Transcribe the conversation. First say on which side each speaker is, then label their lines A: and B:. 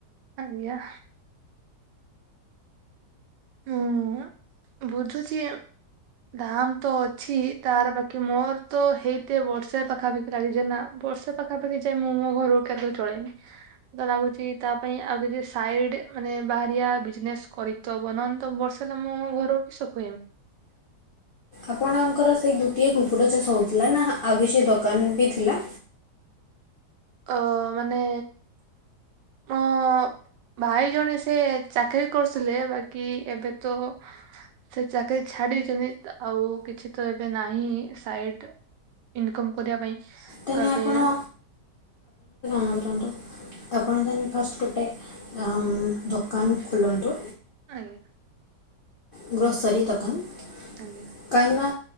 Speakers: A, on the right (about 85°); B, on the left (about 75°).
A: ଆଜ୍ଞା। ହୁଁ ନା ବୁଝୁଛି ଦାମ ତ ଅଛି ତାର ବାକି ମର ତ ହେଇତେ ବରଶେ ପାଖାପଖି ଲାଗିଜି ନା। ବର୍ଷେ ପାଖା ପାଖି ଯାଏ ମୁଁ ମୋ ଘରକୁ କେବେ ଚଳେଇନି ତ ଲାଗୁଛି ତା ପାଇଁ ଆଉ କିଛି ସାଇଡ <unintelligible> <unintelligible> ସୁକେଇ ମି।
B: ଆପଣଙ୍କର ସେଇ ଗୋଟିଏ କୁକୁଡ଼ା ଚାଷ ହଉଥିଲା ନା ଆଉ କିଛି ଦୋକାନ ବି ଥିଲା।
A: ଅ ମାନେ ମୋ ଭାଇ ଜଣେ ସେ ଚାକିରୀ କରୁଥିଲେ ବାକି ଏବେ ତ ସେ ଚାକିରି ଛାଡିଛନ୍ତି ତ ଆଉ କିଛି ତ ଏବେ ନାହିଁ ସାଇଟ୍ ଇନିକମ କରିବା ପାଇଁ
B: ତାହେଲେ
A: ତ ଏବେ
B: ଆପଣ <unintelligible> ଆପଣ ତା ଫାଷ୍ଟ ଗୋଟେ ଆଁ ଦୋକାନ ଖୋଲନ୍ତୁ।
A: ଆଜ୍ଞା।
B: ଗ୍ରୋସରି ସାରୀ ଦୋକାନ
A: ଆଜ୍ଞା
B: କାହିଁକ